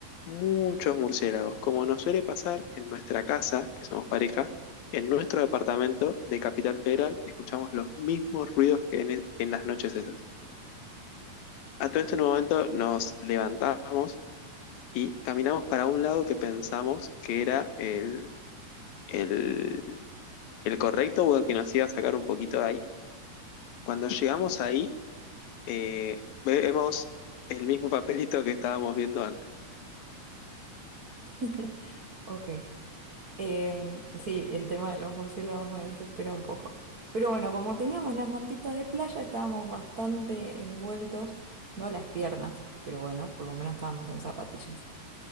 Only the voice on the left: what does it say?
Muchos murciélagos, como nos suele pasar en nuestra casa, que somos pareja, en nuestro departamento de Capital Federal, escuchamos los mismos ruidos que en, e, en las noches esas. A todo este momento nos levantamos y caminamos para un lado que pensamos que era el, el- el correcto o el que nos iba a sacar un poquito de ahí. Cuando llegamos ahí, eh, vemos el mismo papelito que estábamos viendo antes.